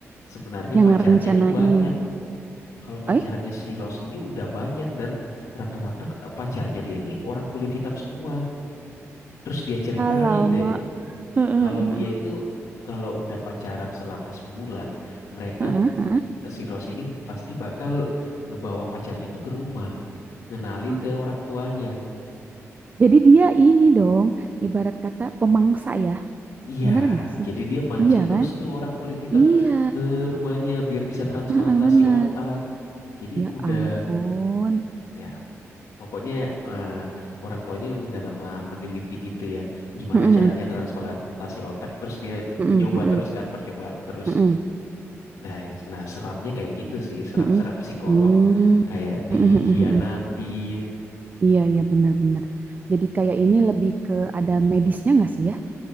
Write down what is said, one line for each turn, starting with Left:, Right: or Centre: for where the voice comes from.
Left: sebenarnya
Right: yang
Left: pacarnya
Right: rencanain.
Left: tuh banyak. Kalau pacarnya
Right: Eh,
Left: si Ros ini udah banyak dan rata-rata ke- pacarnya dia ini orang kulit hitam semua. Terus dia ceritain
Right: Alamak.
Left: deh.
Right: <laughs>
Left: Kalau dia itu kalau udah pacaran selama sebulan, mereka
Right: Heeh.
Left: eh, si Rose ini pasti bakal ngebawa pacarnya itu ke rumah, ngenalin
Right: Wah,
Left: ke orang tuanya.
Right: Jadi dia ini dong, ibarat kata pemangsa ya.
Left: Iya,
Right: Bener nggak sih?
Left: jadi dia mancing
Right: Iya
Left: terus
Right: kan?
Left: tuh orang kulit hitam
Right: Iya,
Left: ke rumahnya biar bisa transplantasi
Right: Heeh, bener.
Left: otak. Jadi
Right: Ya
Left: udah
Right: ampun.
Left: ya pokoknya eh, orang tuanya udah lama meneliti gitu ya, gimana
Right: Heeh,
Left: caranya
Right: heeh,
Left: transplantasi otak. Terus dia
Right: heeh,
Left: nyoba
Right: heeh,
Left: terus kan percobaan terus.
Right: heeh,
Left: Nah, nah seramnya kayak gitu sih, seram-seram
Right: heeh.
Left: psikolog
Right: Hmm,
Left: kayak
Right: heeh,
Left: dihianatin.
Right: heeh, heeh. Iya, iya benar-benar. Jadi kayak ini lebih ke ada medisnya nggak sih ya?